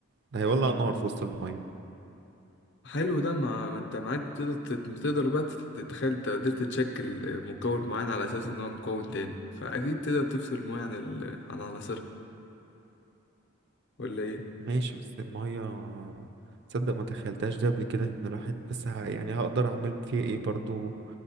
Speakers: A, on the right; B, on the left.
A: ده هيولع نار في وسط المية
B: حلو ده ما ما انت معاك بتقدر تت- تقدر بقى تت- تتخيل انت قدرت تشكل مكون معين على اساس ان هو مكون تاني فاكيد تقدر تفصل الميه عن ال... عن عناصر ولا ايه
A: ماشي بس المية تصدق ما تخيلتهاش ده قبل كده ان الواحد بس ه... يعني هقدر اعمل فيها ايه برضو